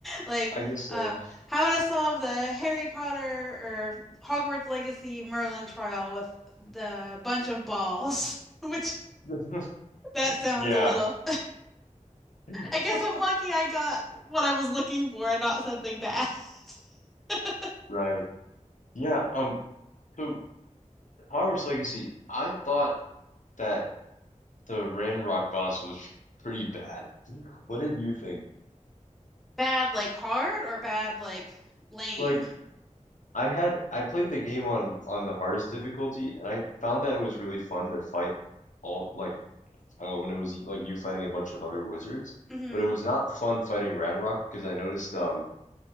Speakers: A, in the centre; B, on the left.
A: like
B: I guess so.
A: um, how to solve the Harry Potter or Hogwarts Legacy Merlin trial with the bunch of balls, <laughs> which
B: <laughs>
A: that sounds
B: Yeah,
A: a little. <laughs>
B: <laughs>
A: I guess I'm lucky I got what I was looking for, and not something bad. <laughs>
B: right. Yeah, um, so Hogwarts Legacy, I thought that the Ranrock boss was pretty bad. What did you think?
A: Bad like hard or bad like lame?
B: Like, I had I played the game on on the hardest difficulty, and I found that it was really fun to fight all like uh, when it was like you fighting a bunch of other wizards.
A: hmm
B: But it was not fun fighting Ranrock because I noticed um